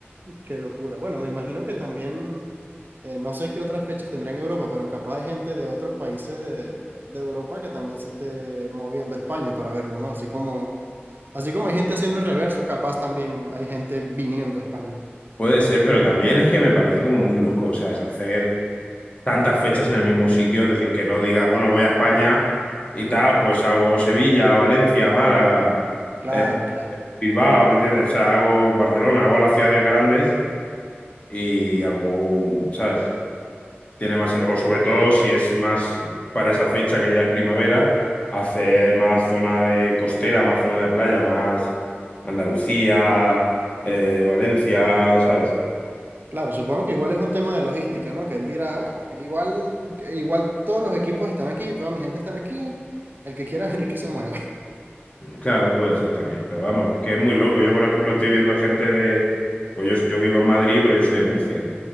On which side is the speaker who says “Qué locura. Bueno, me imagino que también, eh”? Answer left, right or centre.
Right